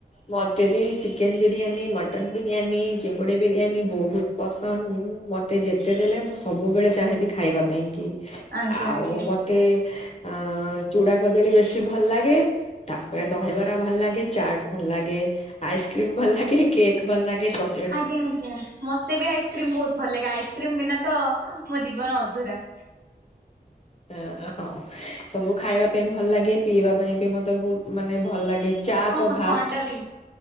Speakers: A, on the left (about 40°); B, on the right (about 70°).
A: ମୋତେ ବି ଚିକେନ୍ ବିରିୟାନୀ ମଟନ୍ ବିରିୟାନୀ ଚିଙ୍ଗୁଡ଼ି ବିରିୟାନୀ ବୋହୁତ୍? ପସନ୍ଦ୍ ମୁଁ ମତେ ଯେତେ ଦେଲେ ମୁଁ ସବୁବେଳେ ଚାହିଁବି ଖାଇବା ପାଇଁ କି।
B: ଆଜ୍ଞା
A: ଆଉ
B: ଆଜ୍ଞା
A: ମତେ ଅ ଚୂଡା କଦଳୀ ବେଶୀ ଭଲ୍ ଲାଗେ। ତାପରେ ଦହି ବରା ଭଲ୍ ଲାଗେ ଚାଟ୍ ଭଲ ଲାଗେ ଆଇସ୍କ୍ରିମ ଭଲ୍ ଲାଗେ କେକ୍ ଭଲ୍ ଲାଗେ ଚ
B: ଆଜ୍ଞା ଆଜ୍ଞା। ମତେ ବି ଆଇସ୍କ୍ରିମ୍ ବୋହୁତ୍ ଭଲ୍ ଲାଗେ ଆଇସ୍କ୍ରିମ୍ ବିନା ତ ମୋ ଜୀବନ ଅଧୁରା।
A: ଏଁ ହଁ ସବୁ ଖାଇବା ପାଇଁ ଭଲ୍ ଲାଗେ ପିଇବା ପାଇଁ ବି ମତେ ବୋହୁତ୍ ମାନେ ଭଲ୍ ଲାଗେ। ଚା
B: ହଁ
A: ତ
B: ହଁ
A: ଫାଷ୍ଟ୍
B: ଥଣ୍ଡା ବି